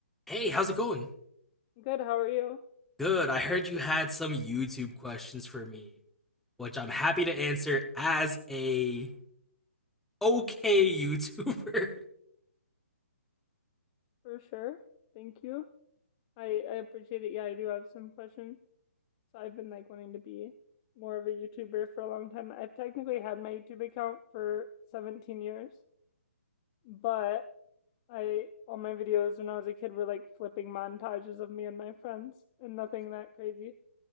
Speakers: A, in the centre; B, on the left (about 25°).
A: Hey, how's it going?
B: Good. How are you?
A: Good. I heard you had some YouTube questions for me, which I'm happy to answer as a okay YouTuber.
B: For sure. Thank you. I I appreciate it. Yeah, I do have some questions. So I've been like wanting to be more of a YouTuber for a long time. I've technically had my YouTube account for 17 years, but I all my videos when I was a kid were like flipping montages of me and my friends and nothing that crazy.